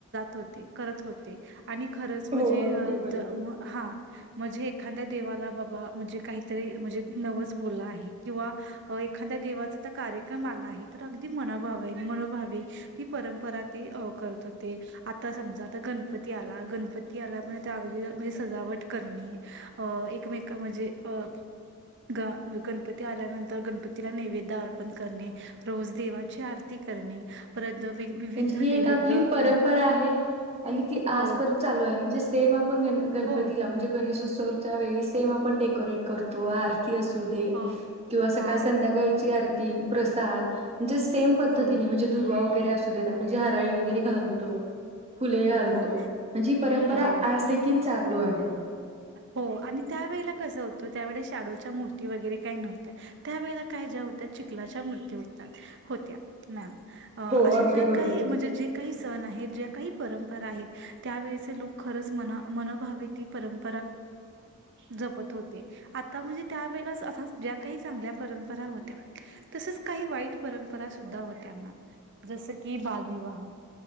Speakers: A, on the right; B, on the right.
A: होते करत होते आणि खरंच म्हणजे
B: हो अगदी बरोबर.
A: हा- म्हणजे एखाद्या देवाला बघा म्हणजे काहीतरी म्हणजे नवच बोललं आहे किंवा- अ एखाद्या देवाचा तर कार्यक्रम आला आहे तर अगदी मनभवे मनोभावे, ती परंपरा ते करत होते. आता समजा आता गणपती आला गणपती आला पण त्या अगदी म्हणजे सजावट करणे. अ एकमेक म्हणजे अ- ग गणपती आल्यानंतर गणपतीला नैवेद्य अर्पण करणे रोज देवा- ची आरती करणे परत, विविध
B: त्यांची ही
A: नैवेद्य
B: एक आपली
A: अ
B: पर- परा आहे आणि ती आजपर्यंत
A: हो,
B: चालू आहे म्हणजे सेम आपण ग गणपतीला
A: हो,
B: म्हणजे, गणेशोत्सवच्या वेळी सेम आपण डेकोरेट करतो आरती असू,
A: हो.
B: किंवा सकाळ
A: हां.
B: संध्याकाळची आरती प्रसाद म्हणजे सेम पद्ती
A: हो,
B: म्हण- दुव्रा वगैरे असू देत आपण ज हराळी वैगरे घाल- तो फुले
A: हो
B: घालतो
A: मॅम.
B: म्हणजे ही परंपरा
A: हो.
B: आज देखील चालू आहे.
A: हो आणि त्यावेेळेला कसं होतं त्यावेळे शाडोच्या मूर्ती वगैरे काही नव्हत्या. त्या वेळे काय ज्या होत्या चिखलाच्या मृत्यू होतात होत्या. मॅम
B: हो
A: अशा
B: अगदी
A: ज्या
B: बरोबर.
A: काही म्हणजे जे. काही सण आहेत ज्या काही परंपरा आहेत त्यावेेळेचे लोक खरंच मना मनभावे ती परंप. जपत होते. आता म्हणजे त्यावेेळे असा ज्या काही चांगल्या परंपरा होत्या. तसच काही वाईट परंपरा सुद्धा होत्यांना जसं की बालविवाह.